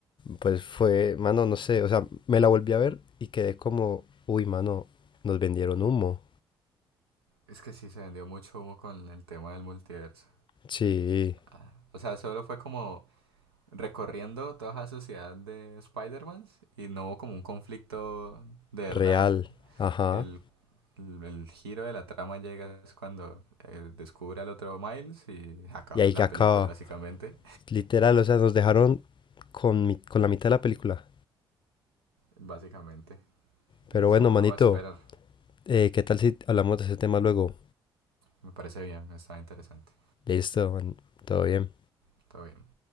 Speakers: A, on the left; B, on the right.
A: Pues fue, mano, no sé, o sea, me la volví a ver y quedé como, uy, mano, nos vendieron humo.
B: Es que sí se vendió mucho humo con el tema del multiverso.
A: Sí,
B: Ah, O sea, solo fue como recorriendo toda la sociedad de Spider-Man y no hubo como un conflicto de verdad.
A: real, ajá.
B: El, el, el giro de la trama llega es cuando eh, descubre al otro Miles y acaba
A: Y ahí
B: la
A: que acaba.
B: película básicamente.
A: Literal, o sea, nos dejaron con, mi- con la mitad de la película.
B: Básicamente.
A: Pero
B: Y encima
A: bueno,
B: luego
A: manito,
B: a esperar.
A: eh, ¿qué tal si hablamos de ese tema luego?
B: Me parece bien, está interesante.
A: Listo, man, todo bien.
B: Está bien.